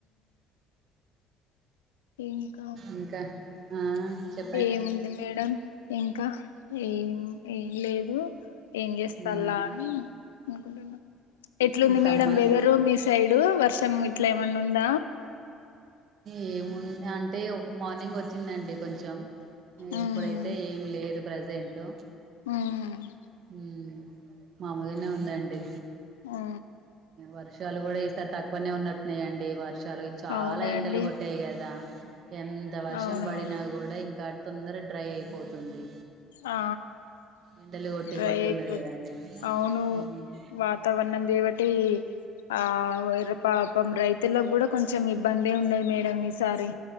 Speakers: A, on the left (about 80°); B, on the right (about 55°).
A: ఇంక
B: ఇంక ఆ చెప్
A: ఏముంది మేడం ఇంక ఏం ఏం లేదు ఏం చేస్తల
B: మ్మ్
A: అని అనుకుంటున్న ఎట్లుంది
B: ఈ సమ్మర్
A: మేడం వెదరు మీ సైడు వర్షం ఇట్ల ఏమన్నా ఉంద
B: ఏమున్ అంటే మార్నింగ్ ఓచ్చిందండి కొంచెం
A: ఉమ్
B: ఇప్పుడై అయితే ఏం లేదు ప్రజెంటు
A: ఉమ్
B: ఉ మామూల్గానే ఉందండి
A: ఆ
B: వర్షాలు కూడ ఈసారి తక్కువనే ఉన్నట్టు ఉన్నాయ అండి వర్షాలు చాల
A: అవునండి
B: ఎండలు కొట్టాయి కదా ఎంత వర్షం
A: అవునవును
B: పడినా కూడ ఇంక తొందర డ్రై అయిపోతుంది
A: ఆ
B: ఎండలు కొట్టి
A: డ్రై
B: కొట్టి
A: అయిపోతే
B: ఉన్నది కదా అండి
A: అవ్ను
B: మ్మ్
A: వాతావరణం దేవటి ఆ పాపం రైతులక్కూడా కొంచెం ఇబ్బందే ఉండది మేడం ఈసారి